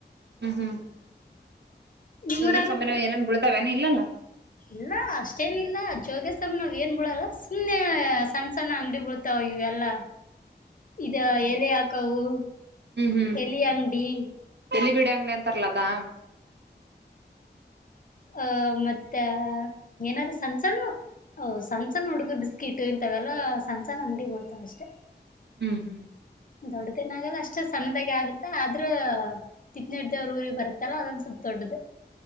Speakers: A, on the right; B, on the left.
A: ಹ್ಮ್ ಹ್ಮ್
B: ನಿಮ್ಮೂರಾಗ
A: ಜೋದ್ರ ಸಮಯ ನಾವ ಏನೇ ಬಳ್ತಾವೇನ ಇಲ್ಲಾ
B: ಇಲ್ಲ ಅಷ್ಟೇನಿಲ್ಲ ಜೋಗ್ಯಸ್ತಮ ನಾವ್ ಏನ್ ಬಿಡಲ್ಲ ಸುಮ್ಮನೆ ಸಣ್ಣ ಸಣ್ಣ ಅಂಗಡಿ ಬೀಳ್ತಾವ ಇವೆಲ್ಲ
A: <inaudible>
B: ಇದ ಎಲೆ ಹಾಕವು
A: ಹ್ಮ್ ಹ್ಮ್
B: ಎಲೆ ಅಂಡಿ
A: ಎಲ್ಲಿ ಬಿಡಂಗನೆ ಅಂತರಲದಾ
B: ಅಹ ಮತ್ತ ಏನಾದ್ರು ಸಣ್ಣ್ ಸ್ಣ ಓಹ ಸಣ್ಣಣ್ಣ ಹುಡುಗರು ಬಿಸ್ಕಿಟ್ ಇಂತವೆಲ್ಲ ಸಣ್ಣಸಣ್ಣ ಅಂಗಡಿ ಬರ್ತಾವ ಅಷ್ಟೇ
A: ಹ್ಮ್ ಹ್ಮ್
B: ದೊಡ್ಡದನಾಗಲ್ಲ ಅಷ್ಟು ಸಣ್ಣದಾಗೆ ಆಗುತ್ತ ಆದ್ರ ತಿಕ್ನಿಡ್ದೇವ್ರ ಊರಿ ಬತ್ತಲ್ಲ ಅದೊಂದ ಸ್ಲ್ ದೊಡ್ಡದು